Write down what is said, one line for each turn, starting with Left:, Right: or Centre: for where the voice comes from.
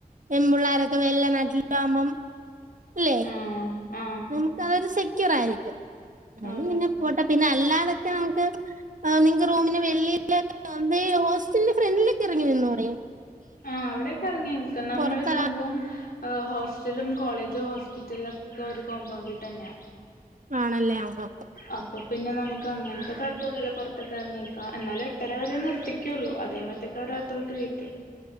Right: പെണ്ണപിള്ളേരൊക്കെ വെല്ല നാട്ടിലൊക്കെ ആകുമ്പം ല്ലെ
Left: ആഹ് ആഹ്
Right: നമുക്ക് അതൊരു സെക്യൂർ ആയിരിക്കും അത്
Left: അതെ
Right: പിന്നെ പോട്ട പിന്നെ അല്ലാതൊക്കെ നമുക്ക് ആ നിങ്ങക്ക് റൂമിന് വെള്ളിലൊക്കെ ഹോസ്റ്റലിന്റെ ഫ്രണ്ടിലൊക്കെ ഇറങ്ങി നിന്നോടെ
Left: ആഹ അവിടെക്കെ ഇറങ്ങി നിക്ക നമ്മള്
Right: പുറത്ത
Left: സംഭവം ഹോസ്റ്റലും കോളേജും ഹോസ്പിറ്റല ഒക്കെ ഒരു കോമ്പണ്ടി തന്നെയാ
Right: ആണല്ലേ ആഹാ
Left: അപ്പൊ പിന്നെ നമുക്ക് അങ്ങനത്തെ കുഴപ്പൊന്നുമില്ല പുറത്തൊക്കെ ഇറങ്ങിക്കാം എന്നാലും എട്ടര വരെ നിർത്തിക്കയുള്ള അതെമര്ത്തേക്കവരെ അകത്തോട്ട് വിളിക്കും